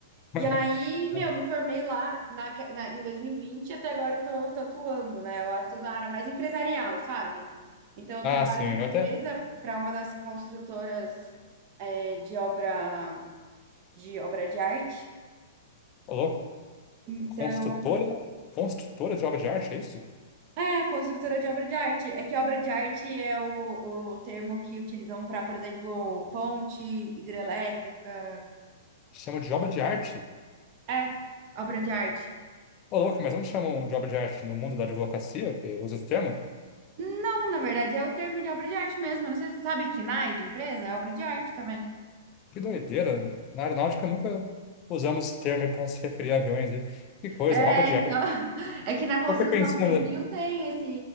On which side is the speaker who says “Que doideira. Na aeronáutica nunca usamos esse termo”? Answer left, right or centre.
Left